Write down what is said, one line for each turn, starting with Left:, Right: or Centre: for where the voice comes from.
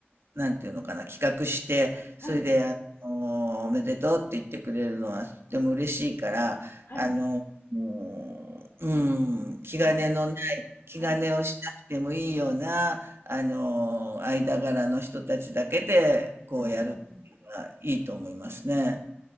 Right: なんていうのかな、企画して、それで、
Left: はい。
Right: あの、おめでとうって言ってくれるのはとても嬉しいから、
Left: はい。
Right: あの、もう、うん、気兼ねのない、
Left: あ
Right: 気兼ねをしなくてもいいような、
Left: あ、はい。
Right: あの、間柄の人たちだけで、こうやるっていうのはいいと思いますね。
Left: うんうんうん。